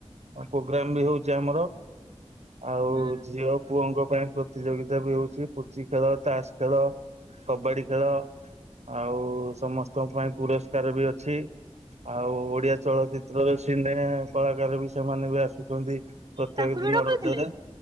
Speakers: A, on the right (about 75°); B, on the right (about 40°).
A: ପ୍ରୋଗ୍ରାମ ବି ହଉଚି ଆମର। ଆଉ
B: ହୁଁ
A: ଝିଅ ପୁଅଙ୍କ ପାଇଁ ପ୍ରତିଯୋଗିତା ବି ହଉଚି। ପୁଚି ଖେଳ, ତାସ ଖେଳ, କବାଡି ଖେଳ। ଆଉ ସମସ୍ତଙ୍କ ପାଇଁ ପୁରସ୍କାର ବି ଅଛି। ଆଉ ଓଡିଆ ଚଳଚିତ୍ରରେ ସିନେ କଳାକାର ବି ସେମାନେ ବି ଆସୁଚନ୍ତି। ପ୍ରତ୍ୟେକ
B: ତାଙ୍କୁ ବି
A: ଦିନ
B: ଡକଇଥିଲେ?
A: ରଜରେ।